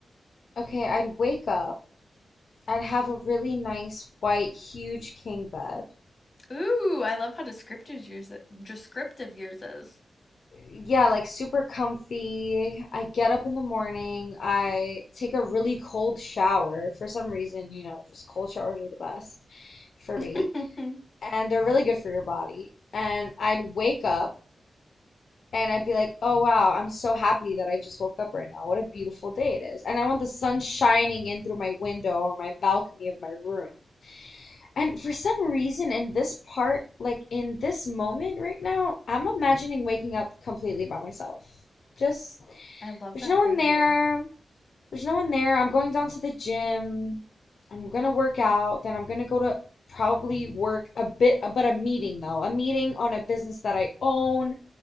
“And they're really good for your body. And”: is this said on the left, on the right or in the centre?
Left